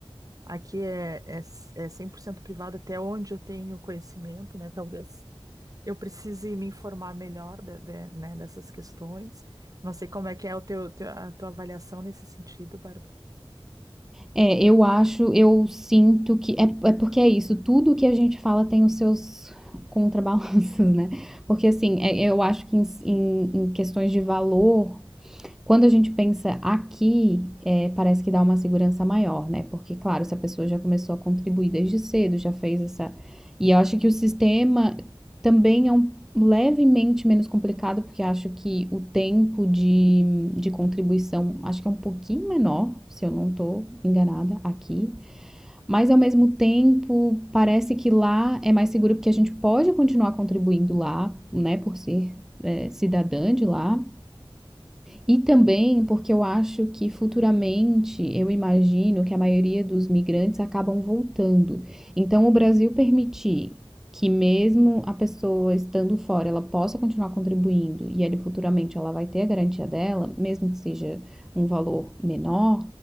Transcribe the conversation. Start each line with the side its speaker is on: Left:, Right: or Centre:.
Right: Aqui é, é, é 100% privado, até onde eu tenho conhecimento, né? Talvez eu precise me informar melhor de- de- né, dessas questões. Não sei como é que é o teu, teu- a tua avaliação nesse sentido, Bárbara.
Centre: É, eu acho, eu sinto que. É, é porque é isso, tudo que a gente fala tem os seus contrabalanços, <laughs> né? Porque, assim, é- eu acho que em, em- em questões de valor, quando a gente pensa aqui, eh, parece que dá uma segurança maior, né? Porque, claro, se a pessoa já começou a contribuir desde cedo, já fez essa. E eu acho que o sistema também é um levemente menos complicado, porque acho que o tempo de, de contribuição acho que é um pouquinho menor, se eu não estou enganada aqui. Mas ao mesmo tempo, parece que lá é mais seguro porque a gente pode continuar contribuindo lá, né? Por ser eh, cidadã de lá. E também porque eu acho que futuramente eu imagino que a maioria dos migrantes acabam voltando. Então, o Brasil permitir que mesmo a pessoa estando fora, ela possa continuar contribuindo e ele futuramente ela vai ter a garantia dela, mesmo que seja um valor menor,